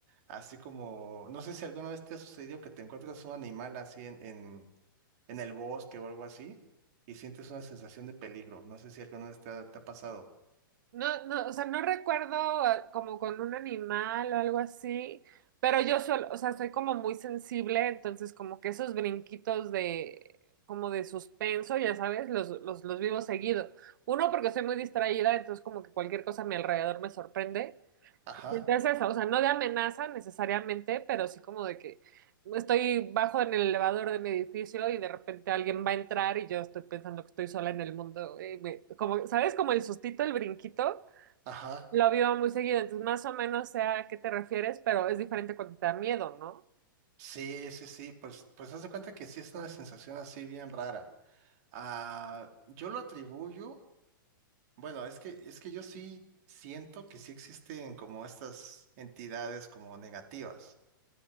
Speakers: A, on the right; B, on the right.
A: Así como, no sé si alguna vez te ha sucedido que te encuentras un animal así en, en, en el bosque o algo así y sientes una sensación de peligro. No sé si alguna vez te ha, te ha pasado.
B: No, no, o sea, no recuerdo ah, como con un animal o algo así, pero yo solo, o sea, soy como muy sensible, entonces como que esos brinquitos de, como de suspenso, ya sabes, los, los, los vivo seguido. Uno, porque soy muy distraída, entonces como que cualquier cosa a mi alrededor me sorprende.
A: Ajá,
B: Es eso, o sea, no de amenaza necesariamente, pero sí como de que estoy bajo en el elevador de mi edificio y de repente alguien va a entrar y yo estoy pensando que estoy sola en el mundo. eh, me- como, ¿sabes? Como el sustito, el brinquito,
A: ajá.
B: lo vivo muy seguido. Entonces, más o menos sé a qué te refieres, pero es diferente cuando te da miedo, ¿no?
A: Sí, sí, sí. Pues, pues haz de cuenta que sí es una sensación así bien rara. Ah, yo lo atribuyo. Bueno, es que, es que yo sí siento que sí existen como estas entidades como negativas.